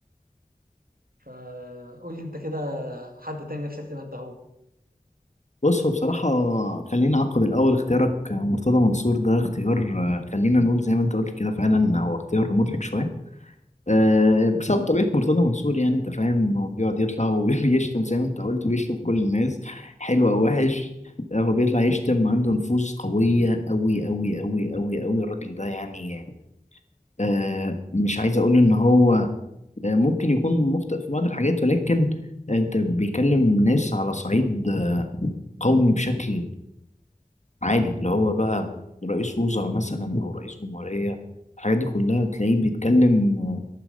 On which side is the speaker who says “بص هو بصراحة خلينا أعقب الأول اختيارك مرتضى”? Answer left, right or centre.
Left